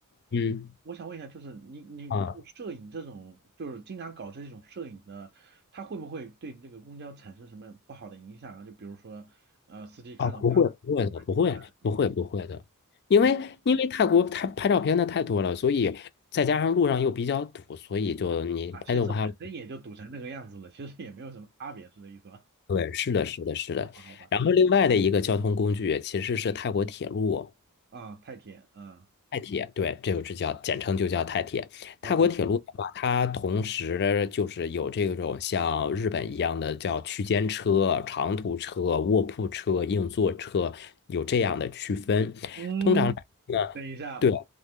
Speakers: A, on the right; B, on the left.
A: 嗯，
B: 嗯。
A: 我想问一下，就是你你就摄影这种，
B: 啊。
A: 就是经常搞这种摄影的，它会不会对这个公交产生什么不好的影响啊？就比如说，呃，司机看到他了，
B: 啊，不会，不会的，
A: 就穿其他的什么的。
B: 不会，不会，不会的，因为因为泰国它拍照片的太多了，
A: 哦
B: 所以再加上路上又比较堵，所以就你拍就拍了。
A: 啊，其实本身也就堵成那个样子了，其实也没有什么差别，是这意思吧？
B: 对，是的，是的，是的。
A: 好吧，好吧，
B: 然后另外的一个交通工具其实是泰国铁路。
A: 啊、太甜，嗯
B: 泰铁，对，这个就叫简称就叫泰铁。泰国铁路的话，
A: ，OK，
B: 它同时就是有这种像日本一样的叫区间车、长途车、卧铺车、硬座车，有这样的区分。
A: 嗯，
B: 通常呢，
A: 等一下，
B: 对，